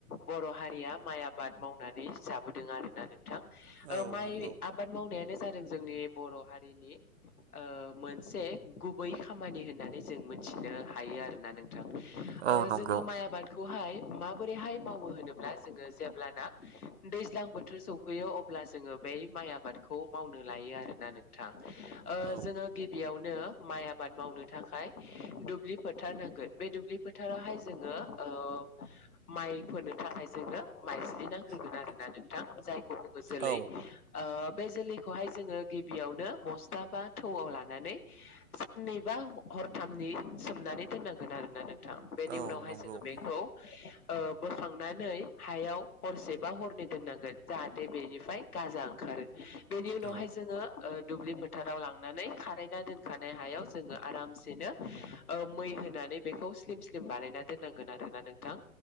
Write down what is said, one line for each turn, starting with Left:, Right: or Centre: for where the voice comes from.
Left: बर' हारिया माइ आबाद मावनानै जाब बोदों आरोना नोंथां
Right: औ
Left: ओ माइ
Right: नंगौ
Left: आबाद मावनायानो जादों जोंनि बर' हारिनि ओ। मोनसे गुबै खामानि होननानै जों मिथिनो हायो आरोना नोंथां ओ
Right: औ नंगौ
Left: जोङो माइ आबादखौहाय माबोरैहाय मावो होनोब्ला जोङो जेब्लाना दैज्लां बोथोर सौफैयो अब्ला जोङो बे माइ आबादखौ मावनो लायो आरोना नोंथां ओ
Right: औ
Left: जोङो गिबियावनो माइ आबाद मावनो थाखाय दुब्लि फोथार नांगोन बे दुब्लि फोथारावहाय जोङो ओ माइ फोनो थाखाय जोंनो माइज्लि नांग्रोगोन आरोना नोंथां जायखौ बुङो जोलै
Right: औ
Left: ओ बे जोलैखौहाय जोङो गिबियावनो बस्थाफ बा थौआव लानानै साननै बा हरथामनि सोमनानै दोननांगोन आरोना नों थां बेनि
Right: औ
Left: उनावहाय
Right: नंगौ
Left: जोङो
Right: औ
Left: बेखौ ओ बोखांनानै हायाव हरसे बा हरनै दोननांगोन जाहाथे बेनिफ्राय गाजा ओंखारो । बेनि उनावहाय
Right: औ
Left: जोङो ओ दुब्लिफोथ थाराव लांनानै खाराइना दोनखानाय हायाव जोङो आरामसे सेनो ओ मै होनानै बेखौ स्लिम स्लिम बानायना दोननांगोन आरोना नोंथां